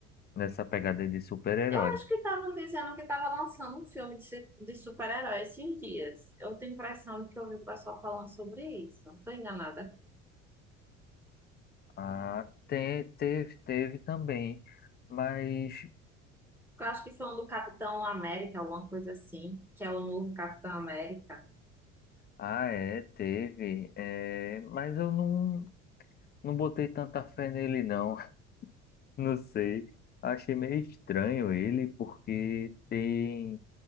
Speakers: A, on the left (about 25°); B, in the centre.
A: dessa pegada de super-herói.
B: Eu acho que estavam dizendo que estava lançando um filme de, su- de super-herói esses dias. Eu tenho a impressão de que eu vi o pessoal falando sobre isso, não tô enganada.
A: Ah, te- teve, teve também, mas.
B: Eu acho que foi um do Capitão América, alguma coisa assim, que é o novo Capitão América.
A: Ah, é, teve, é, mas eu não, não botei tanta fé nele, não, <laughs> não sei. Achei meio estranho ele, porque tem.